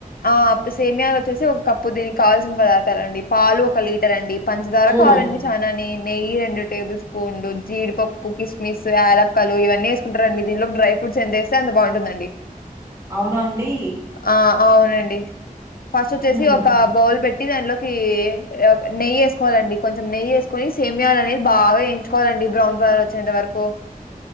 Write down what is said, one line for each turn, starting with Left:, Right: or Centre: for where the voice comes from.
Left: ఆ ప్ సేమయాలు వచ్చేసి ఒక కప్పు దీనికి కావల్సిన పదార్థాలండి పాలు ఒక లీటర్ అండి పంచదార
Right: హ్మ్.
Left: కావాలండి చానానే నెయ్యి రెండు టేబుల్ స్పూన్లు జీడిపప్పు కిస్మిస్ యలక్కలు ఇవన్ నేసుకుంటరండి దీంలో డ్రై ఫ్రూట్స్ ఎంతేస్తే అ బాగుంటుందండి
Right: అవునా అండీ
Left: ఆ అవునండి ఫస్ట్ ఒచ్చేసి
Right: హ్మ్.
Left: ఒక బౌల్ పెట్టి దాన్లోకి ఏ ఒక్ నెయ్యి ఏసుకోవాలండి కొంచెం నెయ్యి ఏసుకొని సేమియాలు అనేది బాగ ఏయించుకోవాలండి బ్రౌన్ కలర్ ఒచ్చేంత వరకు